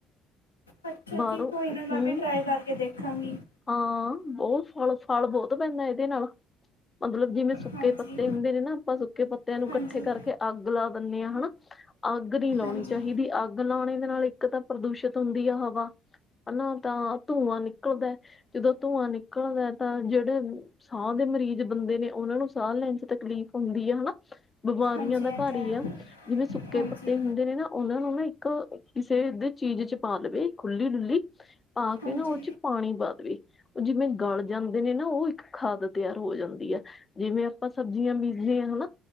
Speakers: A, on the left; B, on the left.
A: ਅੱਛਾ
B: ਬਾਹਰੋਂ
A: ਜੀ ਕੋਈ ਨਾ ਮੈਂ
B: ਹੂੰ
A: ਵੀ ਟਰਾਈ ਕਰਕੇ ਦੇਖਾਂਗੀ।
B: ਹਾਂ, ਬਹੁਤ ਫੁਲ-ਫਾਲ ਬਹੁਤ ਪੈਂਦੈ ਇਹਦੇ ਨਾਲ। ਮਤਲਬ, ਜਿਵੇਂ ਸੁੱਕੇ
A: ਹਾਂਜੀ
B: ਪੱਤੇ ਹੁੰਦੇ ਨੇ ਨਾ, ਆਪਾਂ ਸੁੱਕੇ ਪੱਤਿਆਂ ਨੂੰ ਇਕੱਠੇ
A: ਹਾਂਜੀ
B: ਕਰਕੇ ਅੱਗ ਲਾ ਦਿੰਦੇ ਹਾਂ ਹਨਾ, ਅੱਗ ਨਹੀਂ ਲਾਉਣੀ
A: ਹਾਂਜੀ
B: ਚਾਹੀਦੀ ਅੱਗ ਅਗ ਲਾਉਣੇ ਦੇ ਨਾਲ ਇੱਕ ਤਾਂ ਪ੍ਰਦੂਸ਼ਿਤ ਹੁੰਦੀ ਆ ਹਵਾ ਹ ਨਾ, ਤਾਂ ਧੂੰਆਂ ਨਿਕੜਦੈ। ਜਦੋਂ ਧੂੰਆਂ ਨਿਕਲੜਦੈ ਤਾਂ ਜਹੜੇ ਸਾਹ ਦੇ ਮਰੀਜ ਬੰਦੇ ਨੇ, ਉਹਨਾਂ ਨੂੰ ਸਾਹ ਲੈਣ ਚ ਤਕਲੀਫ਼ ਹੁੰਦੀ ਹੈ ਹਨਾ। ਬਿਮਾਰੀਆਂ
A: ਹਾਂਜੀ
B: ਦਾ
A: ਇਹ
B: ਘਰ
A: ਤਾਂ
B: ਹੀ
A: ਹੈ
B: ਆ। ਜਿਵੇਂ ਸੁੱਕੇ
A: ਹਾਂਜੀ
B: ਪੱਤੇ ਹੁੰਦੇ ਨੇ ਨਾ ਉਹਨਾਂ ਨੂੰ ਨਾ ਇੱਕ ਕਿਸੇ ਦੇ ਚੀਜ ਚ ਪਾ ਲਵੇ ਖੁੱਲੀ-ਡੁੱਲੀ, ਪਾ
A: ਹਾਂਜੀ
B: ਕੇ ਨਾ ਓਹ ਚ ਪਾਣੀ ਨਾ ਦਵੇ ਉਹ ਜਿਵੇਂ ਗੜ ਜਾਂਦੇ ਨੇ ਨਾ, ਓਹ ਇੱਕ ਖਾਦ ਤਿਆਰ ਹੋ ਜਾਂਦੀ ਐ। ਜਿਵੇਂ ਆਪਾਂ ਸਬਜੀਆਂ ਬੀਜਦੇ ਆਂ ਹਨਾ।